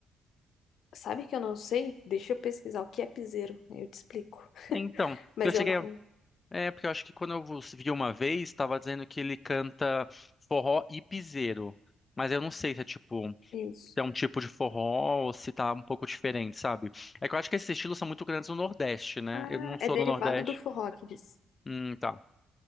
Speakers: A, on the left; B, on the left.
A: Sabe que eu não sei? Deixa eu pesquisar o que é piseiro, aí eu te explico.
B: É, Então, porque
A: Mas
B: eu cheguei
A: eu não.
B: a... É, porque eu acho que quando eu vos vi uma vez, estava dizendo que ele canta forró e piseiro. Mas eu não sei se é tipo, se
A: Isso.
B: é um tipo de forró ou se tá um pouco diferente, sabe? É que eu acho que esses estilos são muito grandes no Nordeste, né?
A: Ah,
B: Eu não sou
A: é derivado
B: do Nordeste.
A: do forró que diz.
B: Hum, tá,